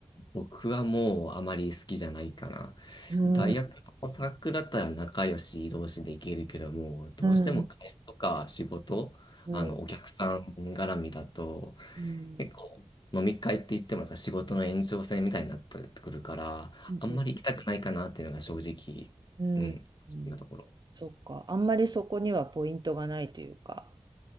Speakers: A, on the left; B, on the right.
A: 僕はもうあまり好きじゃないかな。
B: うん、
A: 大学のサークルだったら仲良し同士で行けるけども、
B: うん、
A: どうしても会社とか仕事、
B: うん、うん、
A: あの、お客さん絡みだと、
B: うん、
A: 結構飲み会って言ってもまた仕事の延長線みたいになってくるから、
B: うん
A: あんまり行きたくないかなっていうのが正直、
B: うん、
A: うん、正直なところ。
B: うん、そっか。あんまりそこにはポイントがないというか。